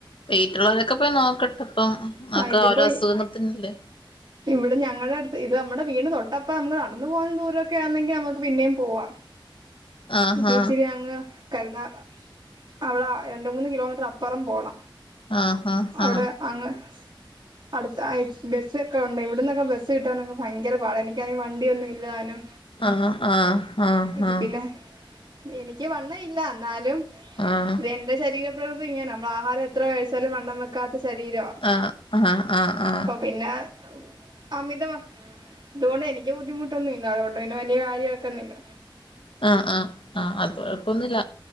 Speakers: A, on the left; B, on the right.
A: വീട്ടിലുള്ളവരൊക്കെ പോയി നോക്കട്ടെ ഇപ്പം
B: ആ ഇതിപ്പോ
A: ഓരോ അസുഖത്തിനല്ലേ
B: ഇവിടെ ഞങ്ങളുടെ അടുത്ത് ഇത് നമ്മടെ വീട് തൊട്ടപ്പ നമുക്ക് നടന്ന് പോകുന്ന ദൂരമൊക്കെ ആണെങ്കി നമുക്ക് പിന്നെയും പോവാ
A: ആഹ്
B: ഇത്ച്ചിരി
A: ആഹ്
B: അങ്ങ് കരുന്നാക അവടെ രണ്ട് മൂന്ന് കിലോമീറ്റർ അപ്പുറം പോണം
A: ആഹ് ഹാ ഹാ
B: അവിടെ അങ്ങ് അടുത്ത അയ് ബസ് ക്കെ ഒണ്ട് ഇവിടുന്നക്കെ ബസ്സ് കിട്ടാനൊക്കെ ഭയങ്കര പാട എനിക്കാണെ വണ്ടിയൊന്നും ഇല്ലതാനും
A: ആഹ് ആഹ് ആഹ്
B: ഇത്
A: ആഹ്
B: പിന്നെ എനിക്ക് വണ്ണ ഇല്ല എന്നാലും
A: ആഹ്
B: ഇത് എന്റെ ശരീര പ്രകൃതി ഇങ്ങന നമ്മള് ആഹാരം എത്ര കഴിച്ചാലും വണ്ണം വെക്കാത്ത ശരീരാ
A: ആഹ് അഹാ ആഹ് ആഹ്
B: പിന്നെ അമിത തുകൊണ്ട് എനിക്ക് ബുദ്ധിമുട്ടൊന്നുല്ല അതുകൊണ്ടന്നെ വല്ല്യ കാര്യക്കന്നില്ല
A: ആഹ് ആഹ് ആഹ് അത് കൊഴപ്പൊന്നുല്ല